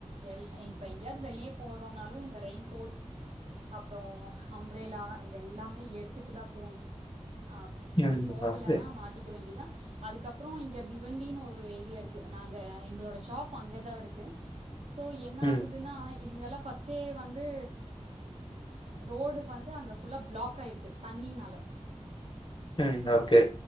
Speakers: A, on the right (about 60°); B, on the left (about 40°).
A: எல் இப்ப எங்கேயாவது வெளிய போறோம்னாலு இந்த ரெயின் கோட்ஸ் அப்றோ அம்ரெல்லா இதெல்லாமே எடுத்துட்டு தா போணும் அப்
B: ம்.
A: டி போகலனா
B: ஓகே.
A: மாட்டிக்க வேண்டிதா அதுக்கப்றம் இங்க பிவண்டினு ஒரு ஏரியா இருக்கு நாங்க எங்களோட ஷாப் அங்க தா இருக்கு சோ என்ன
B: ம்.
A: ஆகுதுன்னா இவங்கல்லா ஃபஸ்ட்டே வந்து ரோடு வந்து அங்க ஃபுல்லா ப்ளாக் ஆயிருக்கு தண்ணினால
B: <inaudible>
A: சோ
B: ஓகே.